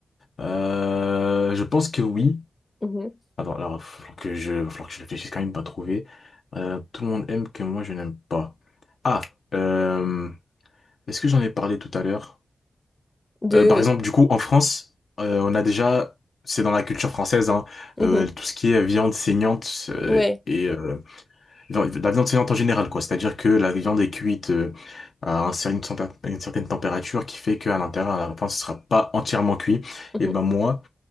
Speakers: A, on the left; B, on the left.
A: Euh, je pense que oui.
B: Mhm.
A: Attends, alors, il va falloir que je, il va falloir que je réfléchisse quand même pas trouver. Euh, tout le monde aime que moi, je n'aime pas. Ah, euh, est-ce que j'en ai parlé tout à l'heure?
B: De,
A: Euh, par exemple, du coup, en France, euh, on a déjà, c'est dans la culture française, hein,
B: Mhm.
A: euh, tout ce qui est viande saignante euh,
B: Ouais.
A: et euh, vi- la viande saignante en général, quoi. C'est-à-dire que la viande est cuite euh, à un cer- une, centa- une certaine température qui fait qu'à l'intérieur, à la fin, ce sera pas entièrement cuit.
B: Mhm.
A: Et ben moi,